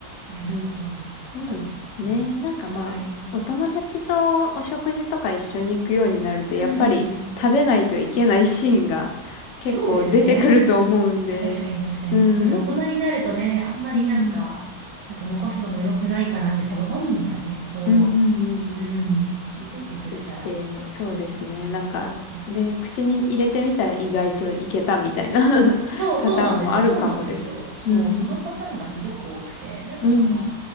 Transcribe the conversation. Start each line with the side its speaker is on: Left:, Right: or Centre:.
Right: なるほど。
Left: ん、
Right: そうなんですね。
Left: そうですね。なんかまあ、
Right: はい。
Left: お友達とお食事とか一緒に行くようになると、
Right: うん。
Left: やっぱり食べないといけないシーンが <laughs>
Right: そうですね。
Left: 結構出てくると思うんで、
Right: あ確かに確かに。
Left: うん、
Right: 特に大人になるとね、
Left: なんか、
Right: あんまりなんか、
Left: うん、
Right: なんか残すのも良くないかなって多分本人がね、そ
Left: うん、うん、うんうん、
Right: う、うん、気づいてくれたら、
Left: できて、そうですね。
Right: うん、
Left: なんか、
Right: そうね。
Left: で、口に入れてみたら意外といけたみたいな <laughs>
Right: そう、
Left: パターンもあるかもです。
Right: そうなんですよ。そうなんですよ。そう、
Left: うん、
Right: そのパターンがすごく多くて、なんかその、
Left: うん、